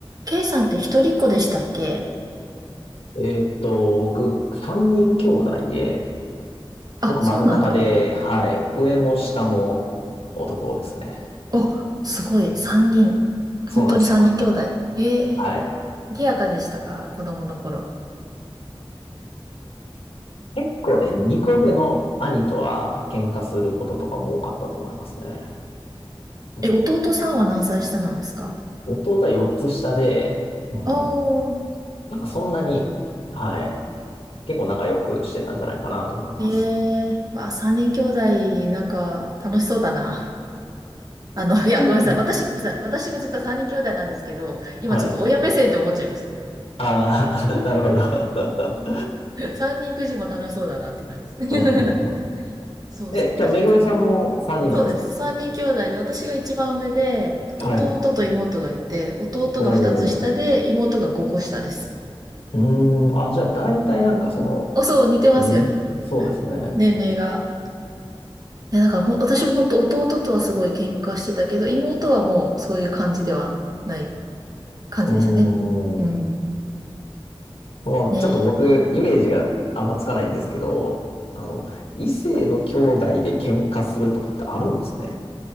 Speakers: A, on the right; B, on the left.
A: K さんって一人っ子でしたっけ
B: えーっと、僕、三人兄弟で、
A: あ、
B: 僕真ん中で、
A: そうなんだ。
B: はい、上も下も男ですね。
A: お、すごい。三人。
B: そうなんですよ。
A: 本当に三人兄弟。へえ。
B: はい。
A: 賑やかでしたか子供の頃。
B: 結構ね、二個目の兄とは喧嘩することとかも多かったと思いますね。うん、
A: え、弟さんは何歳下なんですか
B: 弟は4つ下で、うん、
A: おー。
B: なんかそんなに、はい、結構仲良くしてたんじゃないかなと思います。
A: ええ。まあ、三人兄弟、なんか、楽しそうだな。あの、いや、
B: うん
A: ごめんなさい。私、ごめんなさい。私も実は三人兄弟なんですけど、今ちょっと親目線って思っちゃいました。
B: はい。ああ、<laughs> なるほど。
A: <laughs> 三人くじも楽しそうだなっていう感じですね。
B: うんうんうん。
A: <laughs> そうそう。
B: え、
A: 私も
B: じゃあ、めぐみさんも3人なんですか
A: そうです。三人兄弟で、私が一番上で、
B: はい。
A: 弟と妹がいて、弟が二つ下で、
B: おー、
A: 妹が五個下です。
B: うーん、あ、じゃあ大体なんかそ
A: お、そう、似てますよね。
B: の、ね、そうですね。
A: 年齢が。いや、だからほん、私も本当弟とはすごい喧嘩してたけど、妹はもうそういう感じではない感じでしたね。
B: うーん、
A: うん。
B: もうちょっと僕、
A: ね。
B: イメージがあんまつかないんですけど、あの、異性の兄弟で喧嘩するとかってあるんですね。